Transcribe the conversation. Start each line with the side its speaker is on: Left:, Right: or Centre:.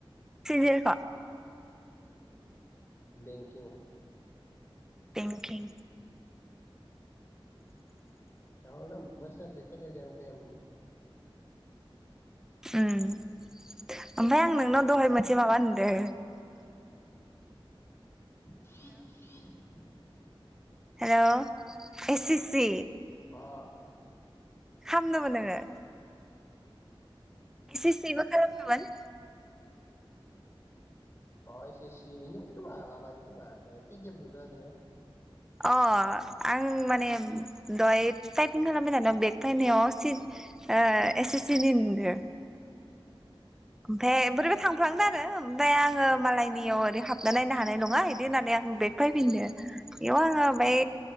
Centre: सिजेएल।
Left: बेंकिं।
Centre: बेंकिं।
Left: बावनो आं बोसोरसे खेदायदों आं टायेम।
Centre: उम ओमफ्राय आं नोंनाव दहाय मोनसे मायबा नुदो।
Left: <inaudible>
Centre: हेलौ एस सि सि।
Left: अ।
Centre: खामदोंमोन नोङो? एस सि सि बो खालामदों मोन?
Left: अ एस सि सि निमोन खोमा माबानि खोमा ओ पिडि एफ नुदोंना नोङो।
Centre: अ आं माने दहाय थाइपिं खालामबाय थानायाव बेग फायनायाव सि ओ एस सि सि नि नुदों। ओमफाय बोरैबा थाफ्लांदों। आरो ओमफ्राय आङो मालायनियाव ओरै हाबना नायनो हानाय नङा एदि होननानै बेग फैफिनदों। बेयाव आङो बाय